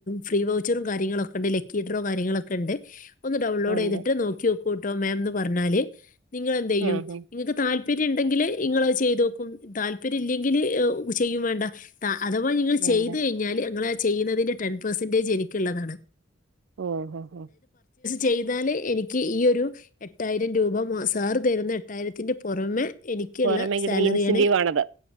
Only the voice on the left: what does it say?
ഫ്രീ വൗച്ചറും കാര്യങ്ങളും ഒകെണ്ട്. ലക്കി ഡ്രോ കാര്യങ്ങളൊക്കെ ഉണ്ട്. ഒന്ന് ഡൗൺലോഡ്
ചെയ്തിട്ട്. നോക്കിഓക്കൂ ട്ടോ മാംന്ന് പറഞ്ഞാല്. നിങ്ങൾ എന്ത് ചെയ്യും
നിങ്ങൾക്ക് തൽ പിനെ ഉണ്ടെങ്കിൽ നിങ്ങൾ അത് ചെയ്തോക്കും. താല്പര്യമില്ലെങ്കിൽ ചെയ്യും വേണ്ട. ത അഥവാ നിങ്ങള്
ചെയ്ത് കഴിഞ്ഞാല് നിങ്ങള് ചെയ്യുന്നതിന്റെ ടെൻ പെർസെൻറേജ് എനിക്കുള്ളതാണ്
ചെയ്താൽ എനിക്ക് ഈയൊരു എട്ടായിരം രൂപ. മാ സാർ തരുന്ന എട്ടായിരത്തിൻ്റെ പുറമെ എനിക്കുള്ള
സാലറിയാണ്.